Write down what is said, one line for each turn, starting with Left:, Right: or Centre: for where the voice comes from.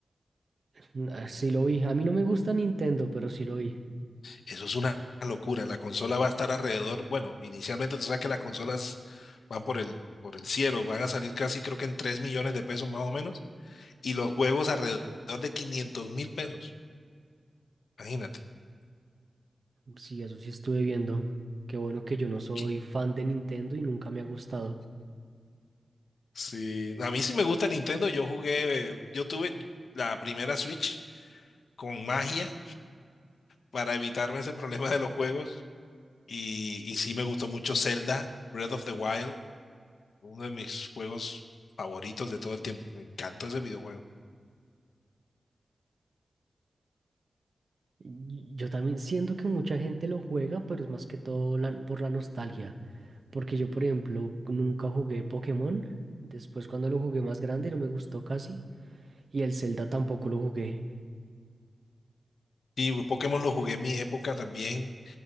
Right: Mm, ah, Sí lo vi. A mí no me gusta Nintendo, pero sí lo vi.
Left: Eso es una locura. La consola va a estar alrededor, bueno, inicialmente tú sabes que las consolas van por el, por el cielo, van a salir casi creo que en 3 millones de pesos más o menos, y los juegos alrededor de 500 mil pesos. Imagínate.
Right: Sí, eso sí estuve viendo. Qué bueno que yo no soy
Left: Qui-
Right: fan de Nintendo y nunca me ha gustado.
Left: Sí, a mí sí me gusta Nintendo. Yo jugué, eh, yo tuve la primera Switch con magia para evitarme ese <laughs> problema de los juegos, y, y sí me gustó mucho Zelda, Breath of the Wild. Uno de mis juegos favoritos de todo el tiempo. Me encantó ese videojuego.
Right: Y Yo también siento que mucha gente lo juega, pero es más que todo la- por la nostalgia. Porque yo, por ejemplo, nunca jugué Pokémon. Después, cuando lo jugué más grande, no me gustó casi. Y el Zelda tampoco lo jugué.
Left: Y Pokémon lo jugué en mi época también.